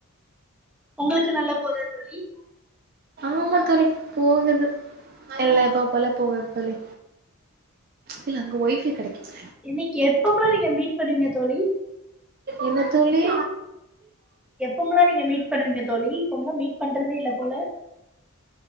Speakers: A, in the centre; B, on the right.
A: உங்களுக்கு நல்லா போதா தோழி
B: ஆமா தோழி போகுது எல்லா இப்ப போல போவே தோழி இல்ல அங்க ஒய்ஃப கெடைக்குது
A: இன்னைக்கி எப்போம நீங்க மீட் பண்ணுவீங்க தோழி
B: என்ன தோழி
A: எப்போம்லா நீங்க மீட் பண்ணுவீங்க தோழி இப்போம்ல்லா மீட் பண்றதே இல்ல போல